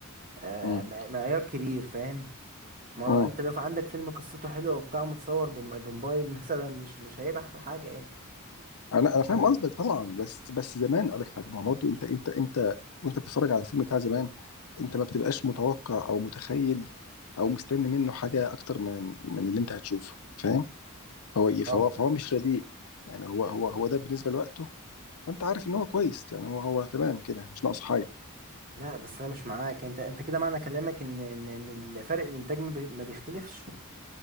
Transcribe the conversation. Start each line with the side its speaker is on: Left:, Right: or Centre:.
Right: آه
Left: مم.
Right: مع- معيار كبير فاهم ما
Left: مم.
Right: هو انت لو في عندك فيلم قصته حلوه وبتاع متصور بم- بموبايل <laughs> مثلا مش مش هيبقى احلى حاجه يعني
Left: انا
Right: انت
Left: انا فاهم
Right: فاهم
Left: قصدك طبعا بس بس زمان اقول لك حاجه ما هو برضه انت انت انت وانت بتتفرج على الفيلم بتاع زمان انت ما بتبقاش متوقع او متخيل او مستني منه حاجه اكتر من من اللي انت هتشوفه فاهم هو إيه؟ فهو
Right: اه
Left: فهو مش رديء يعني هو هو هو ده بالنسبه لوقته فانت عارف ان هو كويس يعني هو هو تمام كده مش ناقص حاجه
Right: لا بس انا مش معاك انت انت كده معنى كلامك ان ان ان فرق الانتاج ما بي- ما بيختلفش